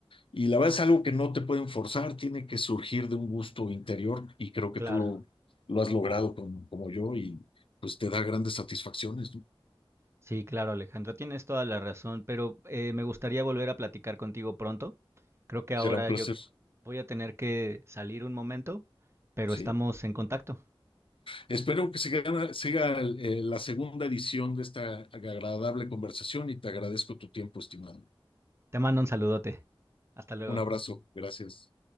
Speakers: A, on the left; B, on the right.
A: Y la verdad es algo que no te pueden forzar, tiene que surgir de un gusto interior y creo que
B: claro.
A: tú lo, lo has logrado como, como yo y pues te da grandes satisfacciones, ¿no?
B: Sí, claro, Alejandro, tienes toda la razón, pero eh, me gustaría volver a platicar contigo pronto. Creo que ahora
A: Será un placer,
B: yo voy a tener que salir un momento, pero
A: sí.
B: estamos en contacto.
A: Espero que siga, siga eh, la segunda edición de esta agradable conversación y te agradezco tu tiempo, estimado.
B: Te mando un saludote. Hasta luego.
A: Un abrazo, gracias.